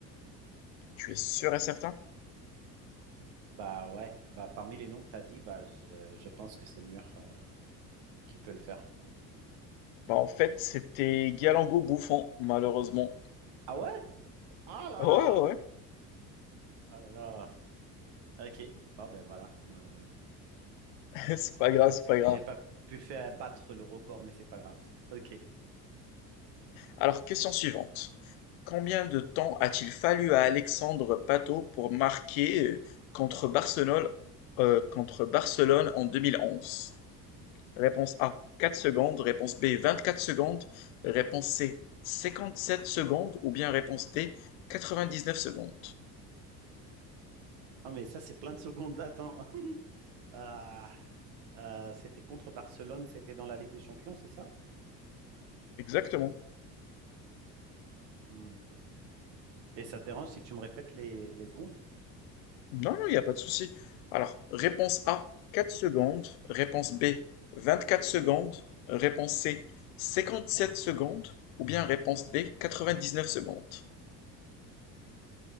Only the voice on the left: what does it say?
tu es sûr et certain?
Bah en fait, c'était Gianluigi Buffon, malheureusement.
Ouais,
ouais, ouais.
<laughs> c'est pas grave, c'est pas grave.
Alors, question suivante. Combien de temps a-t-il fallu à Alexandre Pato pour marquer euh, contre Barcelone, euh, contre Barcelone en 2011? Réponse A, 4 secondes. Réponse B, 24 secondes. Réponse C, 57 secondes. Ou bien réponse D, 99 secondes.
Exactement.
Non, non, il n'y a pas de souci. Alors, réponse A, 4 secondes. Réponse B, 24 secondes. Réponse C, 57 secondes. Ou bien réponse D, 99 secondes.